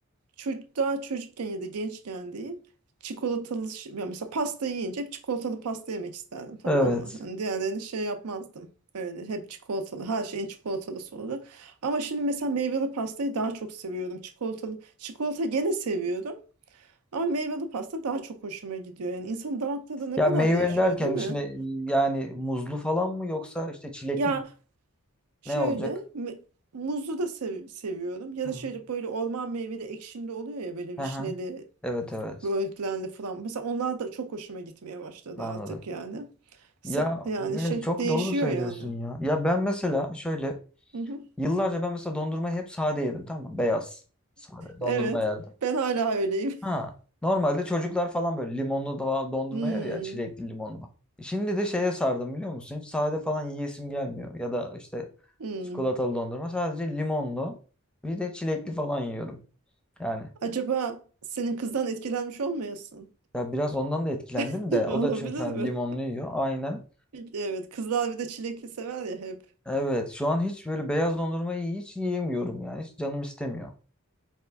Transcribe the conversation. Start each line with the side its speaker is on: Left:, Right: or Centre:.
Right: çocuk daha çocukken ya da gençken diyeyim. Çikolatalı ş- ya mesela pasta yiyince hep çikolatalı pasta yemek isterdim tamam
Centre: Evet.
Right: mı? Hani diğerlerini şey yapmazdım. Öyle hep çikolatalı her şeyin çikolatalısı oldu. Ama şimdi mesela meyveli pastayı daha çok seviyordum. Çikolatalı çikolata gene seviyordum. Ama meyveli pasta daha çok hoşuma gidiyor. Yani insanın damak tadı ne
Centre: Ya
Right: kadar
Centre: meyve
Right: değişiyor,
Centre: Yani derken
Right: değil mi?
Centre: içine yani muzlu falan mı yoksa işte çilekli
Right: Ya şöyle
Centre: ne olacak?
Right: me- muzlu da sev- seviyorum. Ya
Centre: Hı hı.
Right: da şöyle böyle orman meyveli ekşimli oluyor ya böyle
Centre: Hı
Right: vişneli,
Centre: hı. Evet evet
Right: böğürtlenli falan. Mesela onlar da çok hoşuma gitmeye başladı
Centre: anladım.
Right: artık yani. Se-
Centre: Ya
Right: yani
Centre: evet,
Right: şey
Centre: çok
Right: değişiyor
Centre: doğru söylüyorsun
Right: yani.
Centre: ya. Ya ben mesela şöyle
Right: Hı hı.
Centre: yıllarca ben mesela dondurmayı hep sade yedim tamam mı? Beyaz sade dondurma
Right: Evet.
Centre: yerdim.
Right: Ben hala öyleyim.
Centre: Ha,
Right: <laughs>
Centre: normalde çocuklar falan böyle limonlu falan dondurma
Right: Hmm,
Centre: yer ya çilekli limonlu falan. Şimdi de şeye sardım biliyor musun? Hiç sade falan yiyesim gelmiyor. Ya da işte
Right: hmm.
Centre: çikolatalı dondurma sadece limonlu bir de çilekli falan yiyorum. Yani
Right: Acaba senin kızdan etkilenmiş olmayasın?
Centre: ya biraz ondan da etkilendim
Right: <laughs>
Centre: de
Right: Olabilir
Centre: o da çünkü hani
Right: mi?
Centre: limonlu yiyor aynen.
Right: Evet, kızlar bir de çilekli sever ya hep.
Centre: Evet şu an hiç böyle beyaz dondurmayı hiç yiyemiyorum yani hiç canım istemiyor.